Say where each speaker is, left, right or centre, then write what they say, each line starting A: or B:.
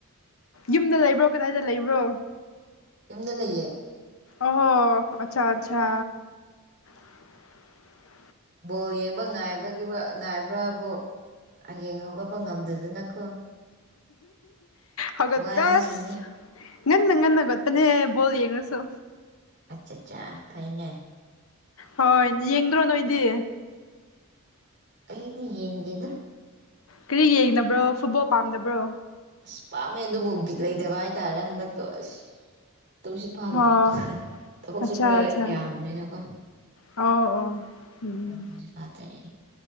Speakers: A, on the left (about 70°); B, on the right (about 50°).
A: ꯌꯨꯝꯗ ꯂꯩꯕ꯭ꯔꯣ ꯀꯗꯥꯏꯗ ꯂꯩꯕ꯭ꯔꯣ
B: ꯌꯨꯝꯗ ꯂꯩꯌꯦ
A: ꯑꯣꯣ ꯑꯆꯥ ꯑꯆꯥ <unintelligible>
B: ꯕꯣꯜ ꯌꯦꯡꯕ ꯉꯥꯏꯕꯒꯤ ꯉꯥꯏꯕ꯭ꯔꯥꯕꯣ ꯍꯌꯦꯡ ꯍꯧꯒꯠꯄ ꯉꯝꯗꯗꯅꯀꯣ
A: ꯍꯧꯒꯠꯗꯁ
B: ꯋꯥꯖꯁꯅꯤ
A: ꯉꯟꯅ ꯉ ꯅꯒꯠꯇꯅꯦ ꯣꯜ ꯍꯦꯅꯁꯨ
B: ꯑꯆꯥ ꯑꯆꯥ ꯐꯩꯅꯦ
A: ꯍꯣꯏ ꯌꯦꯡꯗ꯭ꯔꯣ ꯅꯣꯏꯗꯤ
B: ꯑꯩꯗꯤ ꯌꯦꯡꯒꯦꯗ
A: ꯀꯔꯤ ꯌꯦꯡꯅꯕ꯭ꯔꯣ ꯐꯨꯠꯕꯣꯜ ꯄꯥꯝꯗꯕ꯭ꯔꯣ
B: ꯑꯁ ꯄꯥꯝꯃꯦ ꯑꯗꯨꯕꯨ ꯕꯤꯇ ꯂꯩꯇꯕ ꯍꯥꯏꯇꯥꯔꯦ ꯍꯟꯗꯛꯇꯣ ꯑꯁ ꯇꯨꯝꯁꯤꯠ ꯐꯥꯗꯕ
A: ꯑꯣ
B: ꯊꯕꯛꯁꯨ
A: ꯑꯠꯆꯥ
B: ꯈꯔ
A: ꯑꯠꯆꯥ
B: ꯌꯥꯝꯅꯤꯅꯀꯣ
A: ꯑꯣ ꯑꯣ ꯎ ꯎ
B: ꯇꯨꯝꯁꯤꯠ ꯐꯥꯗ꯭ꯔꯦ